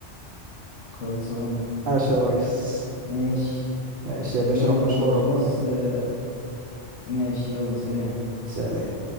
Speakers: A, on the left (about 85°); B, on the right (about 60°).
A: خلصانه
B: عاش يا ريس
A: ماشي
B: ماشي يا باشا
A: جامد
B: روح مشوارك
A: أوي خلاص
B: بقى
A: آه، ماشي يلا سلام
B: سلام